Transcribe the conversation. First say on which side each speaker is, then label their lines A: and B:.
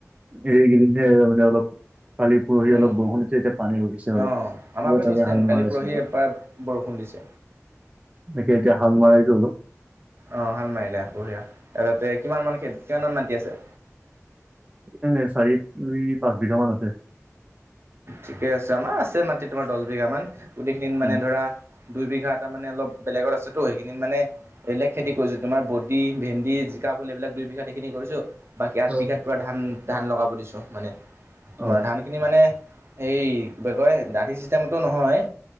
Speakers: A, on the right; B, on the right.
A: হেগ দনহ ডেলপ <unintelligible> কালি পৰহি
B: উম
A: অলপ বৰষুণ দিছে এতিয়া পানী ৰখিছে অলপ
B: অঁ
A: এতিয়া
B: আমাৰ ফালেও
A: তাকে
B: ছেম
A: হাল
B: কালি
A: মাৰি
B: পৰহি
A: আছিল অলপ
B: এবাৰ বৰষুণ দিছে
A: একে এতিয়া হাল মাৰাইছোলপ
B: অ হাল মাৰিলে বঢ়িয়া তাৰপাছতে কিমান মান খে কিমান মান মাটি আছে
A: এ ন চাৰি পাঁচ বিঘা মান আছে
B: ঠিকে আছে আমাৰ আছে মাটি তোমাৰ দহ বিঘা মান গোটেইখিন মানে
A: উম
B: ধৰা দুইবিঘা এটা মানে অলপ বেলেগত আছেতো সেইখিনিত মানে এইবলোক খেতি কৰিছো তোমাৰ বডি ভেন্দি জিকা বোল এইবিলাক দুইবিঘাত সেইখিনি কৰিছো বাকী আঠ
A: অ
B: বিঘাত প ধান ধান লগাব দিছোঁ মানে তোমাৰ
A: অ
B: ধানখিনি মানে সেই বেগয় দাঠি চিষ্টেমটো নহয়